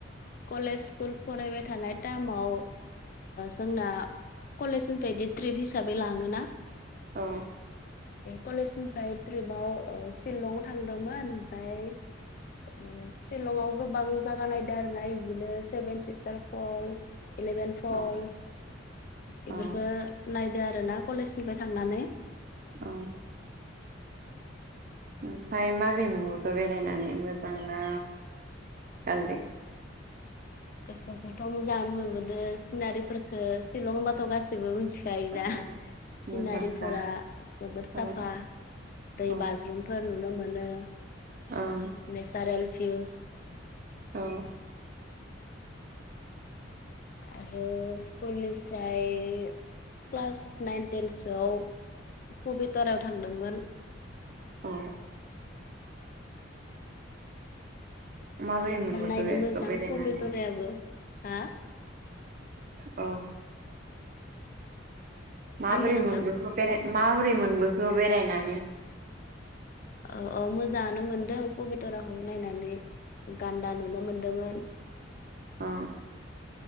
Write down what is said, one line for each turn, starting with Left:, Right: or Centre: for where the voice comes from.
Left: कलेज स्कुल फरायबाय थानाय टाइमाव जोंना कलेजनिफ्राय बिदि ट्रिप हिसाबै लाङोना
Right: औ।
Left: कलेजनिफ्राय ट्रिपाव सिलं थांदोंमोन ओमफ्राय सिलंआव गोबां जागा नायदों आरोनाय बिदिनो सेभेन सिस्टार फल्स इलेभेन फलस
Right: औ
Left: बेफोरफोरखो
Right: औ
Left: नायदो आरो। आरोना कलेजनिफ्राय थांनानै
Right: औ। ओमफफ्राय मागै मंगुरखौ बेरायनानै मोजां ना। ओं दे।
Left: गोसोखौथ' मोजां मोनबोदों सिनारिफोरखो सिशलंबाथ' गाससिबो मिथि मिथिखायोना
Right: औ
Left: सिनारिफोरा
Right: मोजांखा
Left: जबोद
Right: औ
Left: साफा। दै
Right: औ
Left: बाज्रुमफोर नुनो मोनो
Right: ओं
Left: नेसारेल फिउस
Right: औ।
Left: आरो स्कलनिफ्राय क्लास नाइन टेनसोआव पबतराव थांदोंमोन
Right: औ। माबोरै मोनबोखो
Left: होमा नायनो
Right: बेखौ
Left: मोजां
Right: बेरायनानै
Left: पबेतराबो हा
Right: अ। माबोरै
Left: मा होनदों नोंथां
Right: मोनबोखो बे माबोरै मोनबोखो बेरायना।
Left: औ औ मोजाङानो मोनदों परबतझराखौ नायनानै। गान्दा नुनो मोनदोंमोन।
Right: अ।